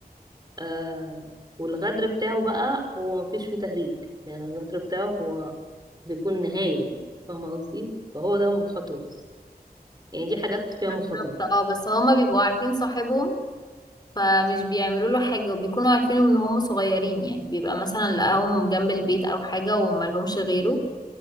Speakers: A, on the right; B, on the left.
A: آه والغدر بتاعه بقى هو مفيش فيه تهريج يعني الغدر بتاعه هو بيكون نهايه يعني فاهمه قصدي فهو ده مخاطره بس يعني دي حاجات فيها
B: بالظبط
A: مخاطره
B: اه بس هما بيبقوا عارفين صاحبهم فمش بيعملوا له حاجة وبيكونوا عارفين ان هم صغيرين يعني بيبقى مثلا لقاهم جنب البيت او حاجة وملهمش غيره